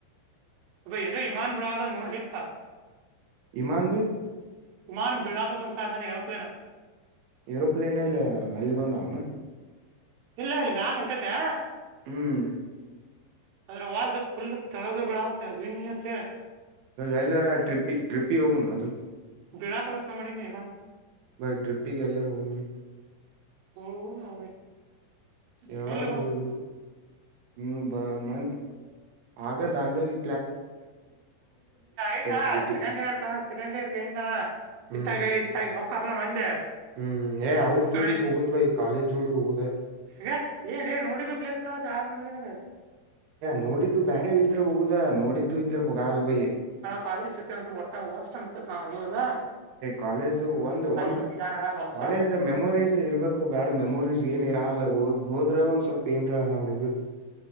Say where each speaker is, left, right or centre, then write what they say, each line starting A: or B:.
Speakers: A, on the right; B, on the right.
A: ಅ ಯರೋ ಇಮಾನ ಬಿುಳಾದ ನೋಡಲೆಪ್ಪ
B: ಇಮಾಂಡ್
A: ಸುಮಾರು ಬೀಳಕದ ಒಂದ ಸಾಯಿ ನನ್ ಏರೋಪ್ಲೇನ್
B: ಯರೋಪ್ಲೇನ್ ಅಲ್ಲಿ ಅಲ್ಲಿ ಬಂದಾವನ
A: ಇಲ್ಲ ಇಲ್ ಮ್ಯಾಲ ಉಂಟೈತೆ
B: ಹ್ಮ್
A: ಅದ್ರವಾಗ ಫುಲ್ ಕೆಳಗ ಬಿಡತ್ತೆ ಹತೆೆ
B: ಎಲ್ಲರ ಟ್ರಿಪ್ ಟ್ರಿಪ್ಪಿಗೆ ಹೋಗ್ಣ ಬ
A: ಬಿಳಾಕದತ ಮಾಡಿ ನೀಮನ್
B: ಭೈ ಟ್ರಿಪ್ ಗೆಹ ಗೇಲ್ಲ ರ ಹೋಗನ್ ಭ
A: <unintelligible>
B: ಯಾವಾಗ
A: ಎಲ್ಲಿ
B: ಹೋಗುದು ಹ್ಮ ಬ ಮನ್ ಆಗ ದಾಂಡಲಿ
A: ಐತಾಕಂಡ್
B: ಸ್ಕೂಟಿ
A: ಇರ್ಕಂಡ್ ಇಯರ್ ಕೈನ
B: ಹ್ಮ್
A: ಇತ್ತಾಗ ಇಷ್ಟಾಗಿ ಹಕ್ಕರ್ಲ್ಲ ಮಂದೆ
B: ಹ್ಮ್ ಏ ಅವ್ರ
A: ಈ
B: ಜೋಡಿ
A: ಕಡೆ
B: ಹೋಗುದ್ ಭೈ ಕಾಲೇಜ್ ಜೋಡಿ ಹೋಗುದ
A: ಈಗ ಏನ್ ಏನ್ ನೋಡಿದ ಪ್ಲೇಸ್ಲ್ಲ ಆತ್ನರಿನಾಗ
B: ನೋಡಿದ್ದು ಬೇರೆ ಇದ್ರೆ ಹೋಗುದ ನೋಡಿದ್ದು ಇದ್ರೆ ಹೋಗಲ್ ಬೈ
A: ಕಾಲೇಜ್ತೆ ಅಂದ್ರೆ ಒಟ್ಟಾಗ ಹೋಷ್ಟ ಅನ್ತತ್ ನಾವು ಹದಾ
B: ಕಾಲೇಜು ಒಂದು ಒಂದು
A: ಹೋಗಿದಾರ ಹೊಲ್ಸಾಕ
B: ಕಾಲೇಜ್ ಮೆಮೊರೀಸ್ ಇರ್ಬೇಕು ಬ್ಯಾಡ ಮೆಮೊರೀಸ್ ಏನ ಇರ ಅಲ್ಲ ಹೋದ್ರ ಒಂದ್ ಸ್ವಲ್ಪ ಏನ್ರ ಹ ಹೋಗಿದ